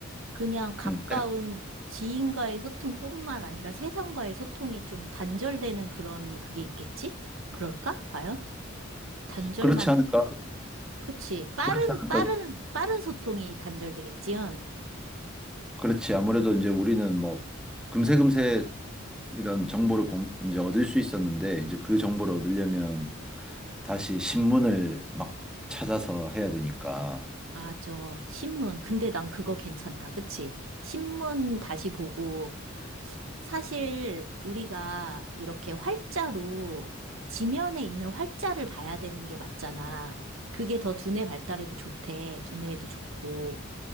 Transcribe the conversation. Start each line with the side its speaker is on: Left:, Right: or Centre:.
Right: 그냥 가까운
Centre: 음, 세-
Right: 지인과의 소통뿐만 아니라 세상과의 소통이 좀 단절되는 그런 그게 있겠지? 그럴까? 과연? 단절만
Centre: 그렇지 않을까
Right: 돼. 그치. 빠른,
Centre: 그렇지 않을까
Right: 빠른, 빠른 소통이 단절되겠지? 응?
Centre: 그렇지 아무래도 이제 우리는 뭐 금세금세 이런 정보를 공, 이제 얻을 수 있었는데 이제 그 정보를 얻으려면 다시 신문을 막 찾아서 해야 되니까
Right: 맞아. 신문. 근데 난 그거 괜찮다. 그치? 신문 다시 보고, 사실 우리가 이렇게 활자로, 지면에 있는 활자를 봐야 되는 게 맞잖아. 그게 더 두뇌 발달에도 좋대. 두뇌에도 좋고.